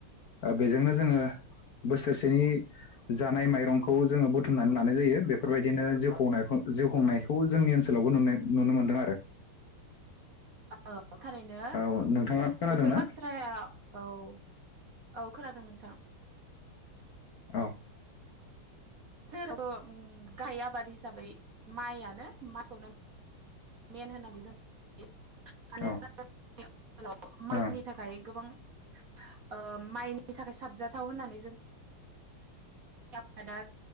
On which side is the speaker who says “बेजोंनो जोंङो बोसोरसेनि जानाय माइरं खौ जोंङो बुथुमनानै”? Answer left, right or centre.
Left